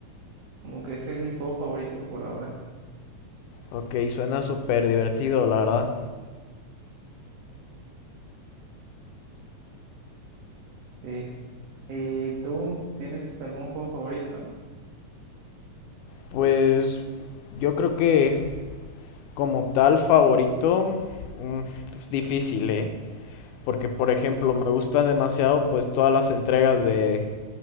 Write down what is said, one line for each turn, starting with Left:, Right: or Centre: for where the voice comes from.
Right: como que ese es mi juego favorito por ahora.
Left: Ok, suena súper divertido, la verdad.
Right: Sí. ¿Y tú tienes algún juego favorito?
Left: Pues yo creo que como tal favorito mm, es difícil, ¿eh? Porque, por ejemplo, me gustan demasiado pues todas las entregas de